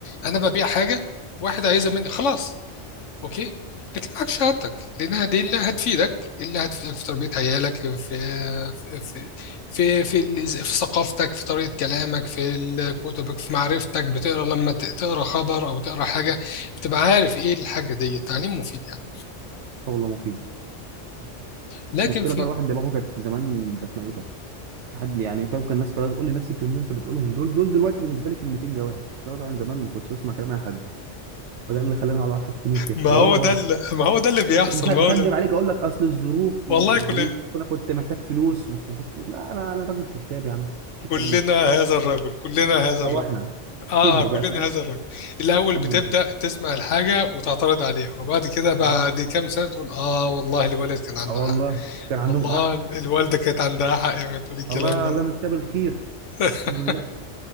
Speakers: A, on the left (about 80°); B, on the right (about 75°).
A: انا ببيع حاجه واحد عايزها مني خلاص اوكي لكن معاك شهادتك لانها دي اللي هتفيدك اللي هتفيدك في تربيه عيالك في في في في, في, ال- في ثقافتك في طريقه كلامك في ال- كتبك في معرفتك بتقرا لما ت- تقرا خبر او تقرا حاجه بتبقى عارف ايه الحاجه دي التعليم مفيد يعني
B: آه والله مفيد
A: لكن
B: بس المشكله
A: في
B: بقى الواحد دماغه كانت زمان كانت ميته واحد يعني فاهم كان الناس كلها تقول لي نفس الكلمتين اللي انت بتقولهم دول دول دلوقتي بالنسبه لي كلمتين جواهر بس انا طبعا زمان ما كنتش بسمع كلام اي حد فده اللي خلاني اقعد 10 سنين فيها
A: ما
B: والله
A: هو
B: ما
A: ده
B: بهزر
A: اللي ما هو ده اللي بيحصل
B: مش ه-
A: ما
B: مش
A: هو
B: هكدب
A: ده اللي...
B: عليك اقول لك اصل الظروف ومش
A: والله
B: الظروف
A: كلنا
B: اصل انا كنت محتاج فلوس ومش محتاج فلوس لا لا انا راجل كذاب يا عم مش
A: كلنا
B: الكلام ده
A: هذا الرجل كلنا هذا
B: سواحنا
A: الرجل اه
B: كبر
A: كلنا
B: بقى فاهم
A: هذا الرجل الاول
B: الحمد
A: بتبدا
B: لله
A: تسمع الحاجه وتعترض عليها وبعد كده بعد
B: اه
A: كام سنه تقول اه والله الوالد كان عنده
B: اه
A: حق
B: والله كان
A: والله
B: عندهم حق
A: الوالده كانت عندها حق وهي بتقول الكلام
B: الله
A: ده
B: الله مستقبل الخير
A: <laughs>
B: الحمد لله